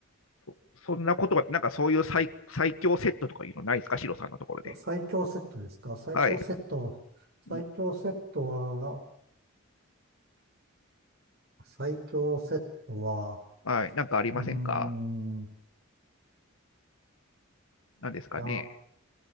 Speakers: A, on the left; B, on the right.
A: そ、そんなことは、なんかそういう最、最強セットとかいうのないですかシロさんのところで。
B: 最強セットですか最強セット。
A: はい。
B: 最強セットは、
A: ん
B: 最強セットは、
A: はい。なんかありませんか
B: うーん、
A: 何ですかね。
B: あ